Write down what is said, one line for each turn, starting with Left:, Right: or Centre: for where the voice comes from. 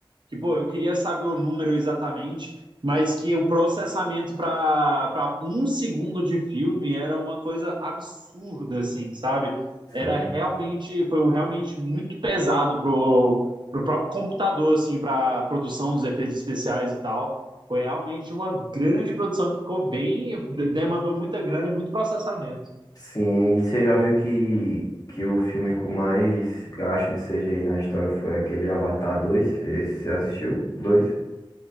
Right: que, pô, eu queria saber o número exatamente, mas que o processamento para para um segundo de filme era uma coisa absurda, assim, sabe? Era
Left: Sim.
Right: realmente, foi um realmente muito pesado pro, pro próprio computador, assim, para produção dos efeitos especiais e tal. Foi realmente uma grande produção que ficou bem, de- demandou muita grana e muito processamento.
Left: Sim, e você já viu que, que o filme com mais gasto de CGI na história foi aquele Avatar dois Você, você assistiu? Dois?